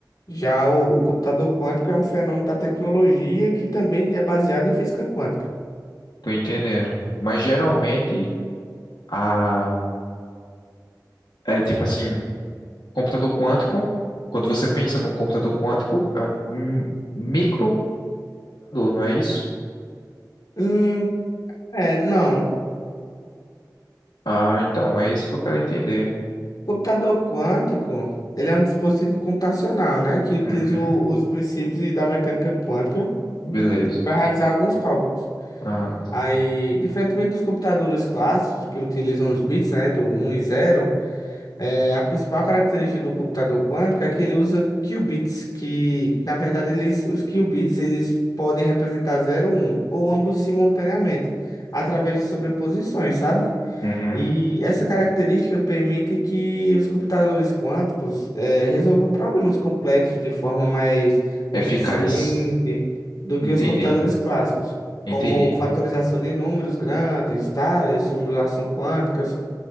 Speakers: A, on the left (about 60°); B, on the left (about 80°).
A: Já o, o computador quântico é um fenômeno da tecnologia que também é baseado em física quântica.
B: tô entendendo. Mas geralmente a é tipo assim, computador quântico, quando você pensa num computador quântico, é um um microcomputador, não é isso?
A: Hum, é, não.
B: Ah, então, é isso que eu quero entender.
A: computador quântico, ele é um dispositivo computacional, né, que utiliza
B: Uhum,
A: o- os princípios da mecânica quântica
B: beleza.
A: para realizar alguns cálculos.
B: Ah,
A: Aí, diferentemente dos computadores clássicos que utilizam os bits, né, do um e zero É, a principal característica do computador quântico é que ele usa qubits, que na verdade eles, os qubits eles podem representar zero um ou ambos simultaneamente, através de sobreposições, sabe?
B: uhum,
A: E essa característica permite que os computadores quânticos é, resolvam problemas complexos de forma mais
B: eficaz.
A: eficiente do que
B: Entendi,
A: os computadores clássicos,
B: entendi.
A: como fatorização de números grandes, tá? E Simulação quânticas